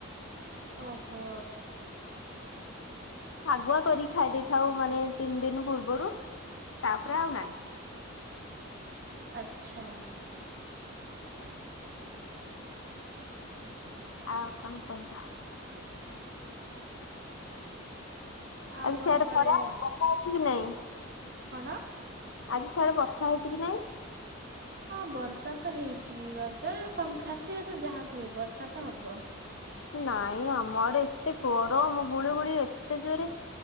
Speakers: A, on the right; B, on the left.
A: ଓହୋ।
B: ଆଗୁଆ କରିିକି ଖାଇ ଦେଇଥାଉ ମାନେ ତିନି ଦିନ ପୂର୍ବରୁ ତାପରେ ଆଉ ନାଇଁ।
A: ଆଚ୍ଛା।
B: ଆଉ କଣ କୁହନ୍ତୁ?
A: ଆଉ
B: ଆ
A: କଣ
B: ସେଆଡା
A: କୁଆଡେ
B: ଖରା ବର୍ଷା ହଉଛି କି ନାଇଁ?
A: କଣ?
B: ଆଜି ସିଆଡେ ବର୍ଷା ହେଇଛି କି ନାଇଁ?
A: ହଁ ବର୍ଷା ତ ହେଇଛି ରଜ ସଂକ୍ରାନ୍ତିରେ ତ ଯାହା ବି ହବ ବର୍ଷା ତ ହବ।
B: ନାଇଁ ଆମ ଆଡେ ଏତେ ଗରମ ଗୁଳିୁ ଗୁଳି ଏତେ ଜୋରେ